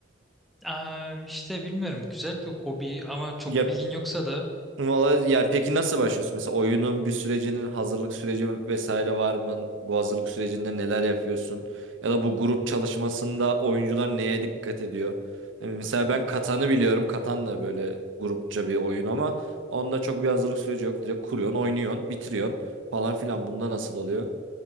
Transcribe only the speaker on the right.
Ya
Valla yani peki nasıl başlıyorsun? Mesela oyunun bir sürecinin hazırlık süreci vesaire var mı? Bu hazırlık sürecinde neler yapıyorsun? Ya da bu grup çalışmasında oyuncular neye dikkat ediyor? Yani mesela ben Katan'ı biliyorum. Katan da böyle grupça bir oyun ama onda çok bir hazırlık süreci yok. Direkt kuruyorsun, oynuyorsun, bitiriyorsun falan filan. Bunda nasıl oluyor?